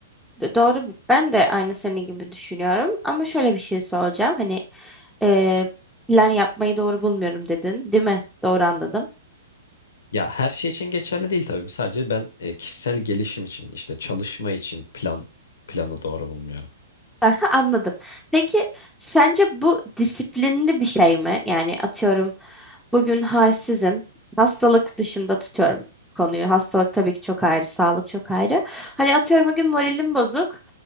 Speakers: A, in the centre; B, on the left.
A: D- doğru. Ben de aynı senin gibi düşünüyorum. Ama şöyle bir şey soracağım. Hani e, plan yapmayı doğru bulmuyorum dedin, değil mi? Doğru anladım.
B: Ya her şey için geçerli değil tabii. Sadece ben e, kişisel gelişim için işte çalışma için plan planı doğru bulmuyorum.
A: Aha, anladım. Peki sence bu disiplinli bir şey mi? Yani atıyorum bugün halsizim. Hastalık dışında tutuyorum konuyu. Hastalık tabii ki çok ayrı, sağlık çok ayrı. Hani atıyorum bugün moralim bozuk.